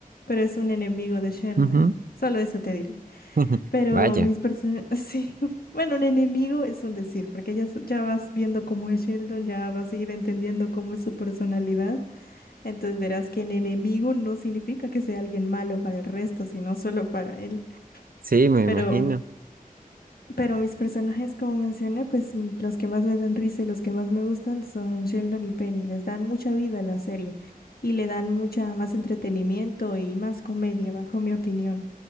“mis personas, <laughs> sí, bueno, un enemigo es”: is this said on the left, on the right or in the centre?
Left